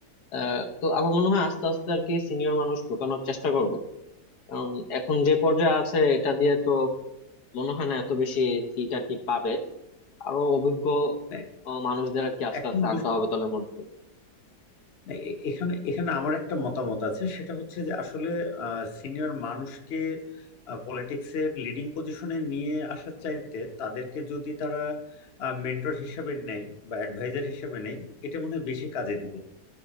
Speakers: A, on the left; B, on the left.
A: আহ, তো আমার মনে হয় আস্তে আস্তে আর কি সিনিয়র মানুষ ঢোকানোর চেষ্টা করবে কারণ এখন যে পর্যায়ে আছে এটা দিয়ে তো মনে হয় না এত বেশি সিট আর কি পাবে আরো অভিজ্ঞ
B: মানে
A: আহ, মানুষদের আর কি আস্তে
B: এখন
A: আস্তে আনতে হবে দলের মধ্যে
B: না, এ- এখানে এখানে আমার একটা মতামত আছে সেটা হচ্ছে যে আসলে সিনিয়র মানুষকে পলিটিক্সের লিডিং পজিশনে নিয়ে আসার চাইতে তাদেরকে যদি তারা মেন্টর হিসাবে নেয় বা অ্যাডভাইজার হিসাবে নেয় এটা মনে হয় বেশি কাজে দিবে